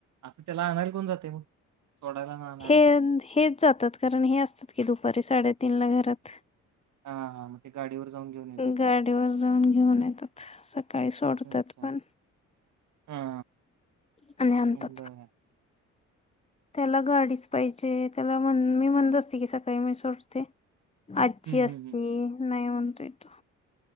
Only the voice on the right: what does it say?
आता त्याला आणायला कोण जाते मग. सोडायला आणि आणायला?
हां, हां. मग ते गाडीवर जाऊन घेऊन येत असतील.
अच्छा.
हां,
हां. बरं.
हं,
हं, हं.